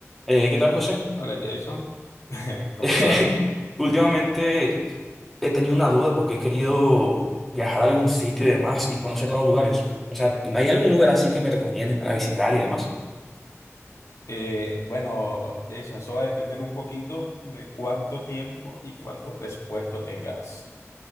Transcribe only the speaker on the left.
Hola Jason, <laughs> ¿cómo
te va?
Eh, bueno, Jason, eso va a depender un poquito de cuánto tiempo y cuánto presupuesto tengas